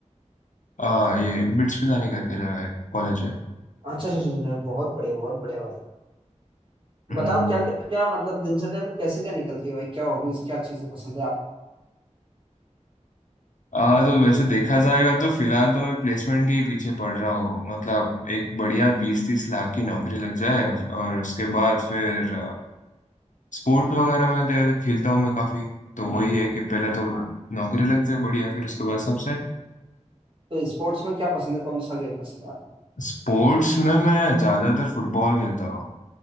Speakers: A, on the left; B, on the right.
A: आ, ये बिट्स पिलानी करके जगह है कॉलेज है
B: अच्छा अच्छा अच्छा अच्छा, बहुत बढ़िया बहुत बढ़िया भाई
A: हम्म
B: बताओ क्या क्या क्या मतलब दिनचर्या फिर कैसे क्या निकलती है भाई क्या हॉबीज क्या चीजें पसंद है आपको
A: आ, तो वैसे देखा जाएगा तो फिलहाल तो मैं प्लेसमेंट के ही पीछे पड़ रहा हूँ मतलब एक बढ़िया बीस तीस लाख की नौकरी लग जाए और उसके बाद फिर स्पोर्ट्स वगैरह में दे- खेलता हूँ मैं काफी तो वही है कि पहले तो नौकरी लग जाए बढ़िया फिर उसके बाद सब सेट
B: तो स्पोर्ट्स में क्या पसंद है कौन सा गेम पसंद है आपको
A: स्पोर्ट्स में मैं ज्यादातर फुटबॉल खेलता हूँ